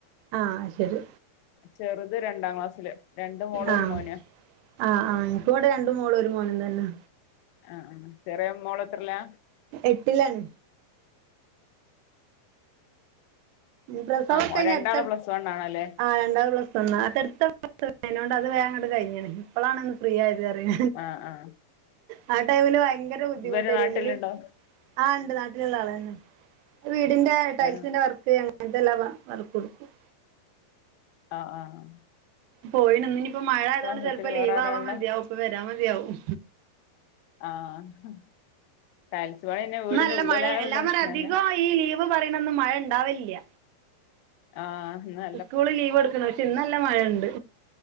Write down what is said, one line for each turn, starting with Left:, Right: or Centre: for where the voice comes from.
Right: ആഹ് ശരി
Left: ചെറ്ത് രണ്ടാം ക്ലാസ്സില് രണ്ട് മോള്
Right: ആഹ്
Left: ഒരു മോന്
Right: ആഹ് ആഹ് ഇൻക് ഇവടെ രണ്ട് മോളും ഒരു മോനും തന്നെ
Left: ആഹ് ചെറിയ മോള് എത്രലാ
Right: എട്ടിലാണ് പ്രസവം
Left: ആ
Right: ഒക്കേ ഇഞ്
Left: രണ്ടാള്
Right: അട്ത്ത
Left: പ്ലസ് വൺ ആണല്ലേ
Right: ആ രണ്ടാൾ പ്ലസ് വണ്ണ അട്ത്തട്ത്ത പ്രസവാ അയ്നോണ്ട് അത് വേങ്ങട്ട് കഴിഞ്ഞ്ണ് ഇപ്പളാണ് ഒന്ന് ഫ്രീ ആയത് പറയ
Left: ആ ആ ആ
Right: ആ ടൈമില് ഭയങ്കര ബുദ്ധിമുട്ടേനി
Left: ഹസ്ബൻഡ് നാട്ടിലുണ്ടോ
Right: എല്ലു ആ ഇണ്ട് നാട്ടിലുള്ള ആളെന്നെ വീടിന്റെ ടൈൽസിന്റെ
Left: ആ
Right: വർ ക്ക് അങ്ങൻത്തെല്ലാ വർക്കും ഇട്ക്കും
Left: ആ ആഹ്
Right: പോയിണ് ഇന്ന് ഇഞ്ഞ്പ്പോ മഴ ആയതുകൊണ്ട്
Left: വീട്ടില്
Right: ചെലപ്പോ ലീവ്
Left: വേറെ ആരാ
Right: ആവാ
Left: ഉള്ളെ
Right: മതിയാവും ഇപ്പൊ വരാ മതിയാവും
Left: ആഹ് ടൈൽസ് പണിന്നേ
Right: ഇന്ന്
Left: വീടിന്റെ
Right: നല്ല
Left: ഉള്ളിൽ
Right: മഴ
Left: ആയാ
Right: എല്ലാ
Left: വല്യ പ്രശ്നല്ല
Right: പറ അധികം ഈ ലീവ് പറയ്ണന്ന് മഴ ഇണ്ടാവല്ല്യ
Left: ആഹ് ന്ന്
Right: സ്കൂള് ലീവ് കൊട്ക്ക്ണ പക്ഷെ ഇന്നല്ല മഴണ്ട്